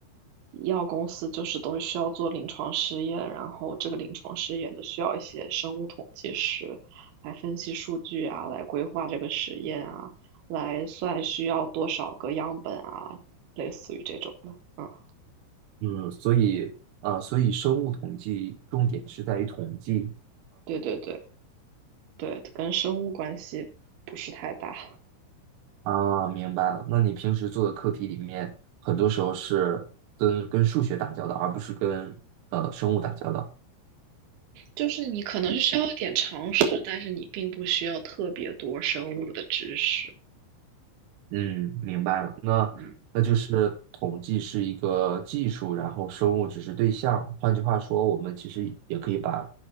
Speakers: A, on the right; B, on the right.
A: 医药公司就是都需要做临床试验，然后这个临床试验就需要一些生物统计师来分析数据啊，来规划这个实验啊，来算需要多少个样本啊，类似于这种的。嗯，
B: 嗯，所以，呃，所以生物统计重点是在于统计。
A: 对对对对，跟生物关系不是太大，
B: 啊，明白了。那你平时做的课题里面，很多时候是跟跟数学打交道，而不是跟呃生物打交道。
A: 就是你可能是需要一点常识，但是你并不需要特别多生物的知识。
B: 嗯，明白了。那那就是统计是一个技术，
A: 嗯，
B: 然后生物只是对象。换句话说，我们其实也可以把